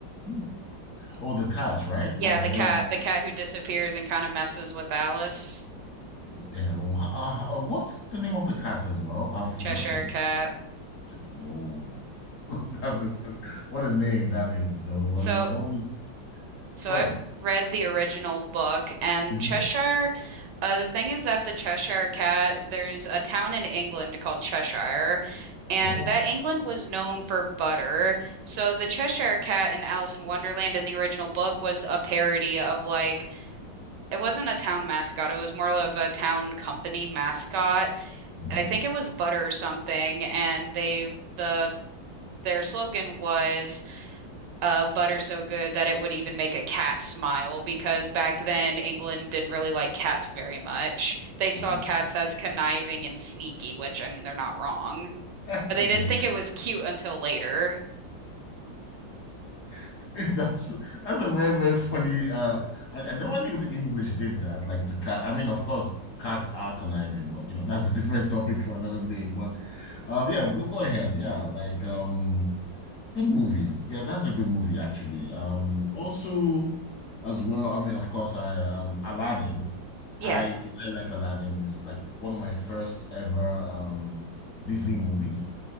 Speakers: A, on the left (about 55°); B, on the right (about 70°).
A: Hmm. Oh, the cat, right?
B: Yeah,
A: Like
B: the
A: the
B: cat, the cat who disappears and kind of messes with Alice.
A: Yeah. oh, ho- uh, uh, what's the name of the cat as well? I've forgotten.
B: Cheshire Cat.
A: Whoa. <laughs> That's what a name that is. You know, well,
B: So
A: it was always
B: So
A: spell
B: I've
A: it.
B: read the original book and
A: Mhm.
B: Cheshire. Uh, the thing is that the Cheshire Cat, there's a town in England called Cheshire, and
A: Oh.
B: that England was known for butter. So the Cheshire Cat in Alice in Wonderland in the original book was a parody of like, it wasn't a town mascot, it was more of a town company mascot.
A: mm,
B: I think it was butter or something, and they, the, their slogan was uh, butter so good that it would even make a cat smile because back then England didn't really like cats very much. They saw
A: Oh.
B: cats as conniving and sneaky, which I mean, they're not wrong,
A: <laughs>
B: but they
A: There.
B: didn't think it was cute until later.
A: <laughs> That's that's a very, very funny. Uh, I, I never knew the English did that. Like to cat. I mean, of course, cats are conniving, but you know, <laughs> that's a different topic for another day. But uh, yeah, go go ahead. Yeah, like um. Good movies. Yeah, that's a good movie actually. Um, also as well, I mean, of course, I um Aladdin.
B: Yeah.
A: I I like Aladdin. It's like one of my first ever um Disney movies.